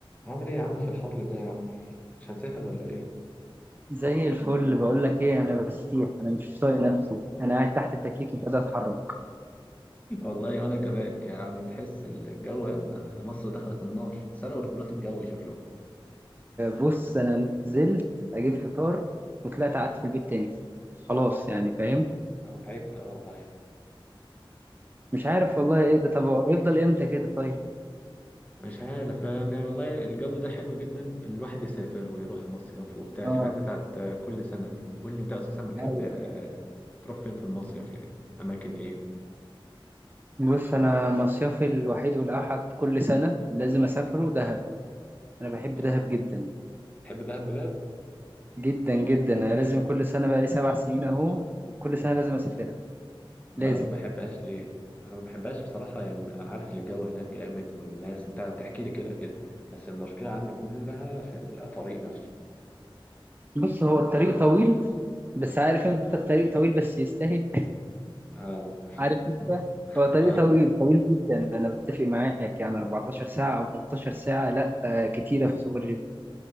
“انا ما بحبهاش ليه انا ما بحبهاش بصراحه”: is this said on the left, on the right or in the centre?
Left